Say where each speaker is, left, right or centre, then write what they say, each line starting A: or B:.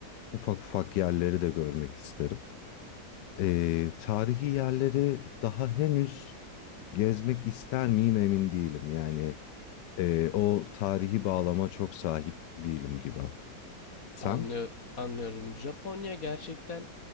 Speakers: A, on the left; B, on the left.
A: ufak ufak yerleri de görmek isterim. Eee, tarihi yerleri daha henüz gezmek ister miyim emin değilim. Yani eee, o tarihi bağlama çok sahip değilim gibi. Sen?
B: Anlıyor, anlıyorum. Japonya gerçekten